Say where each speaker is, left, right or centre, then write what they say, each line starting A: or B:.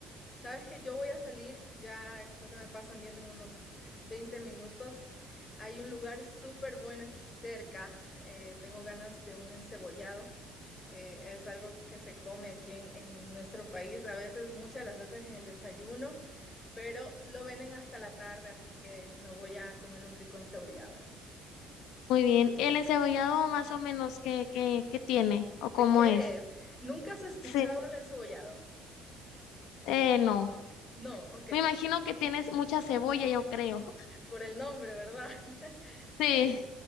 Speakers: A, on the left; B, on the left.
A: Sabes que yo voy a salir, ya creo que me pasan viendo en unos 20 minutos. Hay un lugar súper bueno aquí cerca. eh, tengo ganas de un encebollado. eh, es algo que se come aquí en, en nuestro país, a veces, muchas de las veces en el desayuno. pero lo venden hasta la tarde, así que me voy a comer un rico encebollado.
B: Muy bien. ¿El encebollado más o menos qué, qué, qué tiene o
A: ¿De
B: cómo
A: qué
B: es?
A: es? ¿Nunca has escuchado
B: Sí.
A: el encebollado?
B: Eh, no.
A: No, ok,
B: Me imagino que tienes mucha cebolla, yo creo.
A: por el nombre, ¿verdad? <laughs> Sí,
B: Sí.